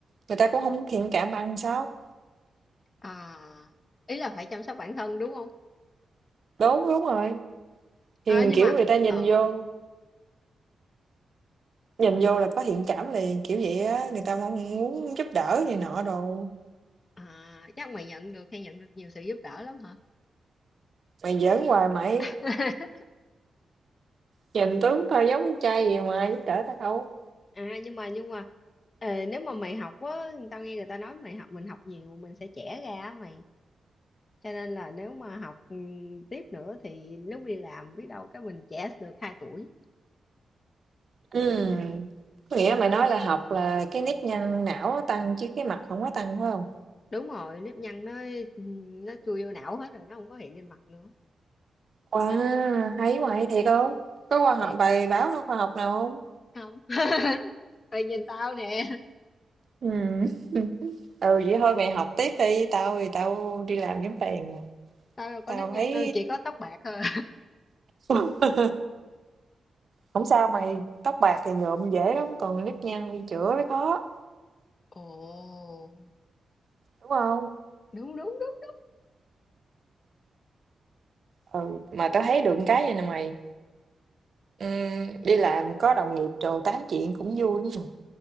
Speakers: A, on the right; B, on the left.
A: người ta cũng hông thiện cảm bằng sao?
B: À, ý là phải chăm sóc bản thân đúng không?
A: Đúng, đúng rồi, thì,
B: À, nhưng
A: kiểu,
B: mà
A: người ta nhìn
B: ờ
A: vô nhìn vô là có thiện cảm liền, kiểu vậy á, người ta mong muốn giúp đỡ này nọ đồ.
B: À, chắc mày nhận được hay nhận được nhiều sự giúp đỡ lắm hả?
A: Mày giỡn hoài mày,
B: <laughs>
A: nhìn tướng tao giống con trai gì mà giúp đỡ tao.
B: À, nhưng mà nhưng mà ờ, nếu mà mày học á, tao nghe người ta nói mày học mình học nhiều mình sẽ trẻ ra á mày. Cho nên là nếu mà học ừ, tiếp nữa thì lúc đi làm biết đâu cái mình trẻ được hai tuổi.
A: Ừm, có nghĩa mày nói là học là cái nếp nhăn não nó tăng chứ cái mặt không có tăng, phải không?
B: Đúng rồi, nếp nhăn nó ừm, nó chui vô não hết rồi, nó không có hiện lên mặt nữa.
A: Wow, hay quá, hay thiệt hông? Có khoa học
B: Thiệt
A: bài báo khoa học nào hông?
B: không? <laughs> Mày nhìn tao nè,
A: Ừm, <laughs> ừ, vậy thôi mày học tiếp đi, tao thì tao đi làm kiếm tiền rồi
B: tao đâu có
A: tao
B: nếp nhăn
A: thấy
B: đâu, chỉ có tóc bạc thôi.
A: <laughs> không sao mày, tóc bạc thì nhuộm dễ lắm, còn nếp nhăn đi chữa mới khó,
B: Ồ,
A: đúng hông?
B: đúng đúng đúng.
A: Ừ, mà tao thấy được cái vầy nè mày, ừm, đi làm có đồng nghiệp đồ tám chuyện cũng vui lắm à.